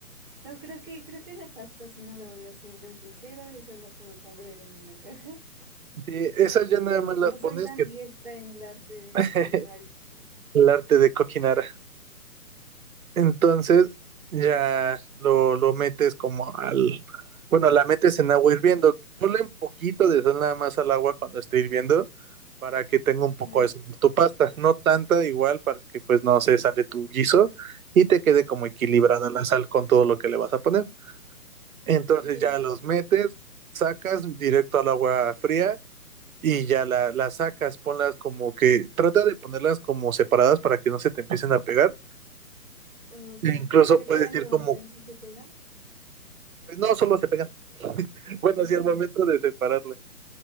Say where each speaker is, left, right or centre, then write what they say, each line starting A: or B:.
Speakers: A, in the centre; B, on the right (about 65°).
A: No, creo que, creo que la pasta sí no la voy a hacer desde cero, esa la puedo comprar en una caja. <laughs>
B: Sí, esas ya nada más
A: No
B: las pones
A: soy tan
B: que
A: diestra en el arte
B: <laughs>
A: culinario.
B: el arte de cocinar. Entonces ya lo, lo metes como al... Bueno, la metes en agua hirviendo. Ponle un poquito de sal nada más al agua cuando esté hirviendo para que tenga un poco
A: Ajá,
B: de sabor tu pasta. No tanta igual para que pues no se sale tu guiso y te quede como equilibrada
A: ok,
B: la sal con todo lo que le vas a poner. Entonces
A: ok,
B: ya
A: ok.
B: los metes, sacas directo al agua fría y ya la, las sacas. Ponlas como que... Trata de ponerlas como separadas para que no se te empiecen a pegar.
A: Oh, sí.
B: E incluso
A: ¿Se
B: puedes
A: pueden romper
B: ir como
A: si se pegan?
B: Pues no, solo se pegan. <laughs> Bueno,
A: Ok,
B: sí,
A: <laughs>
B: al momento de separarlas.